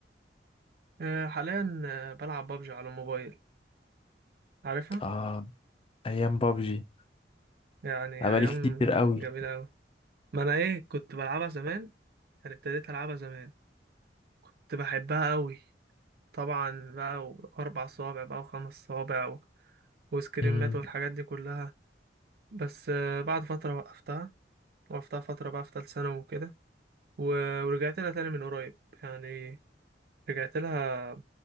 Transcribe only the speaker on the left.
اه ايام بابجي
بقالي
كتير قوي
امم